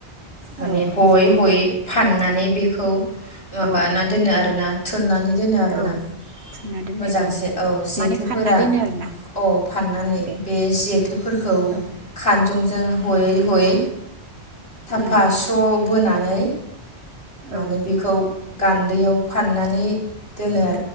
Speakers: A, on the left; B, on the right.
A: माने
B: औ
A: हयै-हयै फाननानै बेखौ माबाना
B: औ औ
A: दोनो आरोना थुननानै दोनो आरोना
B: औ थुना दोननाय
A: मोजांसे औ जेथोफोरा
B: माने फानना दोनो आरोना
A: औ फाननानै
B: दे
A: बे जेथोफोरखौ
B: औ
A: खान जंजों हयै-हयै फासाव
B: उम
A: बोनानै माने
B: औ
A: बिखौ गान दैयाव फाननानै दोनो आ